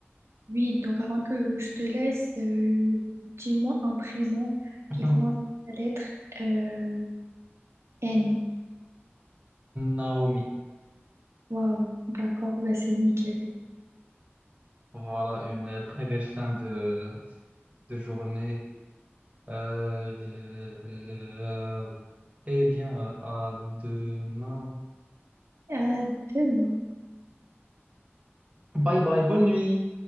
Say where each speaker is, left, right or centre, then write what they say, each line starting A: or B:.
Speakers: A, on the right (about 80°); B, on the right (about 30°).
A: Oui, donc avant que je te laisse, euh, dis-moi un prénom
B: <laughs>
A: qui commence par la lettre euh, N.
B: Naomi.
A: Waouh, d'accord, ben c'est nickel.
B: Voilà, une euh, très belle fin de, de journée. Euh, je- je- eh bien, euh, à demain.
A: À demain.
B: Bye bye, bonne nuit.